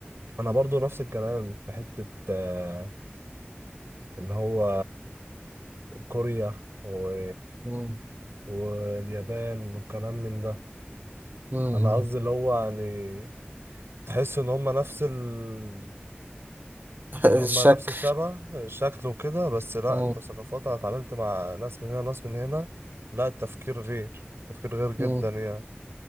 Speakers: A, on the right; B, on the right.
A: انا برضو نفس الكلام في حتة آه، اللي هو كوريا و...
B: مم،
A: واليابان والكلام من ده
B: مم،
A: انا
B: مم.
A: قصدي اللي هو يعني تحس ان هم نفس ال...
B: <laughs>
A: هم
B: الشك
A: نفس الشبه الشكل وكده بس لا
B: مم،
A: انت ثقافات انا اتعاملت مع ناس من هنا وناس من هنا لا التفكير غير تفكير غير جدا
B: مم.
A: يعني